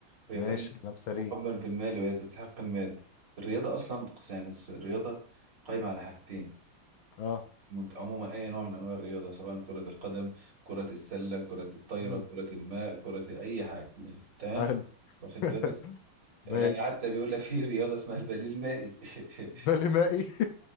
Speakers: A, on the right; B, on the left.
A: وهي
B: ماشي
A: فعلا
B: كلام سليم
A: وحبا في المال وهي تستحق المال الرياضة أصلا يعني الس- الرياضة قائمة على حاجتين
B: اه
A: مت- عموما أي نوع من أنواع الرياضة سواء كرة القدم كرة السلة كرة الطايرة
B: مم.
A: كرة الماء كرة أي حاجة مم. تمام
B: حلو
A: واخد
B: <laughs>
A: بالك يعني
B: ماشي
A: حتى بيقول لك في رياضة اسمها البليل المائي <laughs>
B: بالي مائي